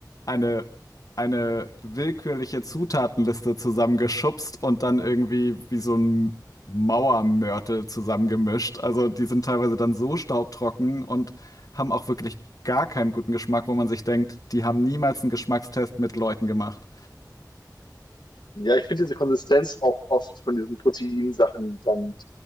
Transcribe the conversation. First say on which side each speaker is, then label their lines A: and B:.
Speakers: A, on the left; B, on the left.
A: eine eine willkürliche Zutatenliste zusammengeschubst und dann irgendwie wie so ein Mauermörtel zusammengemischt. Also die sind teilweise dann so staubtrocken und haben auch wirklich gar keinen guten Geschmack, wo man sich denkt, die haben niemals einen Geschmackstest mit Leuten gemacht.
B: Ja, ich finde diese Konsistenz auch oft von diesen Proteinsachen dann